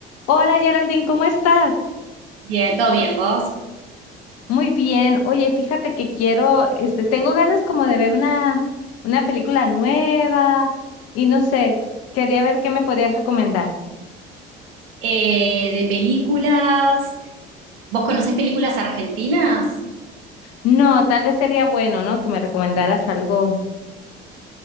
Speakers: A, on the left; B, on the right.
A: Hola Geraldine, ¿cómo estás?
B: Bien, todo bien, vos.
A: Muy bien. Oye, fíjate que quiero, este, tengo ganas como de ver una, una película nueva y no sé, quería ver qué me podrías recomendar.
B: Eh, de películas, ¿vos conocés películas argentinas?
A: No, tal vez sería bueno, ¿no? Que me recomendaras algo.